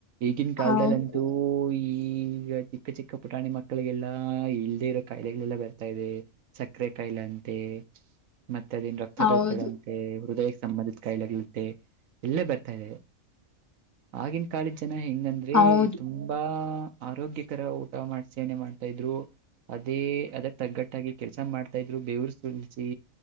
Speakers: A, on the right; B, on the left.
A: ಈಗಿನ ಕಾಲದಲ್ಲಂತೂ.
B: ಹೌದು
A: ಪೋರಿ ಈಗ ಚಿಕ್ಕ ಚಿಕ್ಕ ಪುಟಾಣಿ ಮಕ್ಕಳಿಗೆಲ್ಲಾ ಇಲ್ಲದೆ ಇರೋ ಕಾಯಿಲೆಗಳೆಲ್ಲಾ ಬರ್ತಾ ಇದೆ. ಸಕ್ಕರೆ ಕಾಯಿಲೆ ಅಂತೆ ಮತ್ತೆ ಅದನ್ ರಕ್ತದೊತ್ತಡಂತೆ
B: ಹೌದು
A: ಹೃದಯ. ಸಂಬಂಧದಕಾಯಲೆಗಳಂತೆ ಎಲ್ಲ ಬರ್ತಾ ಇದೆ ಆಗಿನ ಕಾಲದ ಜನಾ ಹೆಂಗ ಅಂದ್ರ ದ್ರೆ
B: ಹೌದು
A: ತುಂಬಾ ಆರೋಗ್ಯಕರ ಊಟ ಮಾಡಸೇವನೆ ಮಾಡ್ತಾ ಇದ್ರು. ಅದೇ ಅದ ತಗ್ಗಟ್ಟಾಗಿ ಕೆಲ್ಸ ಮಾಡ್ತಾ ಇದ್ರು ಬೇವರು ಸುರಸಿ